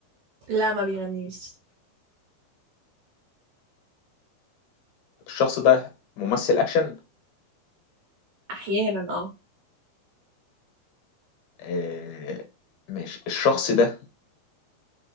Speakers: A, on the right (about 70°); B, on the left (about 80°).
A: لا ما بيغنيش
B: الشخص ده ممثل اكشن
A: احيانا اه
B: آه، ماشي الشخص ده